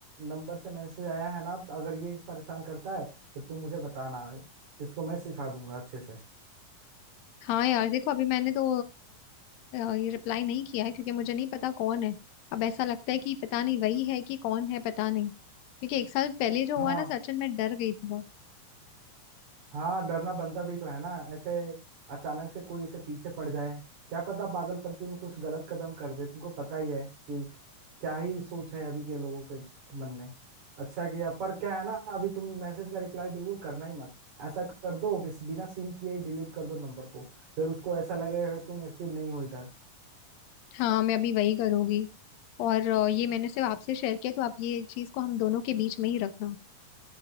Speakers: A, on the right; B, on the left.
A: नंबर से मैसेज आया है ना तो अगर ये परेशान करता है तो तुम मुझे बताना इसको मैं सिखा दूंगा अच्छे से
B: हाँ यार देखो अभी मैंने तो अ, अ, ये रिप्लाई नहीं किया है क्योंकि मुझे नहीं पता कौन है अब ऐसा लगता है कि पता नहीं वही है कि कौन है पता नहीं क्योंकि एक साल पहले जो
A: हाँ
B: हुआ ना सचिन मैं डर गई थी बहुत
A: हाँ डरना बनता भी तो है ना ऐसे अचानक से कोई इसे पीछे पड़ जाए क्या पता पागलपंती में कुछ गलत कदम कर दे तुमको पता ही है कि क्या ही सोच है अभी के लोगों के मन में अच्छा किया पर क्या है ना अभी तुम मैसेज का रिप्लाई बिल्कुल करना ही मत ऐसा कर दो कि बिना सीन किए ही डिलीट कर दो नंबर को फिर उसको ऐसा लगेगा कि तुम एक्टिव नहीं हो इधर
B: हाँ मैं अभी वही करूंगी और अ, ये मैंने सिर्फ आपसे शेयर किया तो आप ये चीज को हम दोनों के बीच में ही रखना